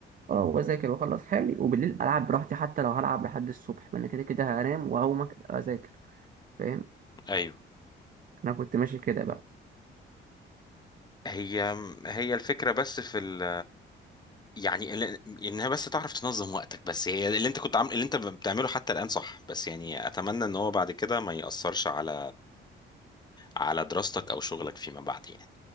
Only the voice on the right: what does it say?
اه واذاكر واخلص حالي وبالليل العب براحتي حتى لو هلعب لحد الصبح ما انا كده كده هنام وهقوم أك- اذاكر فاهم
انا كنت ماشي كده بقى